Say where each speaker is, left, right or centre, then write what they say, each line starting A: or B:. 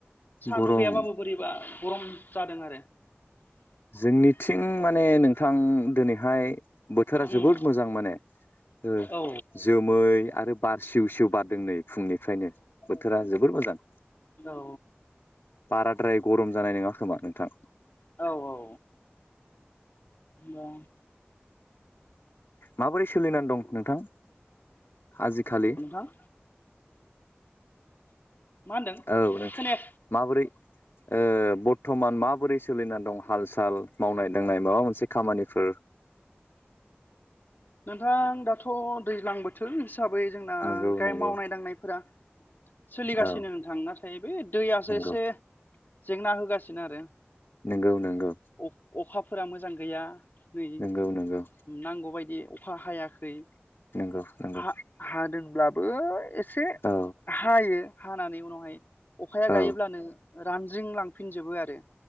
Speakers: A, on the left; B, on the left.
A: सान्दुं
B: गरम
A: गैयाबाबो बोरैबा गरम जादों आरो
B: जोंनिथिं माने नोंथां दोनैहाय बोथोरा जोबोद
A: उम
B: मोजां माने ओ
A: औ
B: जोमै आरो बार सिव सिव बारदों नै फुंनिफ्रायनो बोथोरा जोबोर मोजां
A: औ
B: बाराद्राय गरम जानाय नङा खोमा नोंथां
A: औ औ बा
B: माबोरै सोलिनानै दं नोंथां आजिखालि
A: थां मा होनदों
B: औ नोंथ
A: खोनाया
B: माबोरै ओ बरथ'मान माबोरै सोलिना दं हाल साल मावनाय-दांनाय माबा मोनसे खामानिफोर
A: नोंथां दाथ' दैज्लां बोथोर हिसाबै जोंना
B: नंगौ नंगौ
A: मावनाय-दांनायफोरा सोलिगासिनो
B: औ
A: नोंथां नाथाय बे दैयासो
B: नंगौ
A: एसे जेंना होगासिनो आरो
B: नोंगौ नोंगौ
A: अ अखाफोरा मोजां गैया नै
B: नंगौ नंगौ
A: नांगौबायदि अखा हायाखै
B: नोंगौ नोंगौ
A: हा हादोंब्लाबो ए
B: औ
A: हायो हानानै उनावहाय अखाया
B: औ
A: गायोब्लानो रानज्रिं लांफिनजोबो आरो